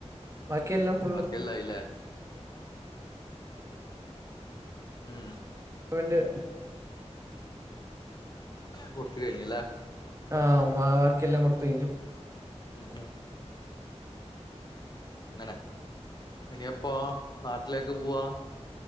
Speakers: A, on the right; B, on the left.
A: ബാക്കിയെല്ലാം ഫുള്ള്
B: ബാക്കിയെല്ലായില്ലേ? ഉം
A: ക്സാമിന്റെ
B: കൊടുത്ത് കഴിഞ് ല്ലേ?
A: ആഹ് ബാക്കിയെല്ലാം കൊടുത്ത കഴിഞ്ഞു
B: ഉം ആഹ് അങ്ങനെ ഇനിയെപ്പോ നാട്ടിലേക്ക് പോവാ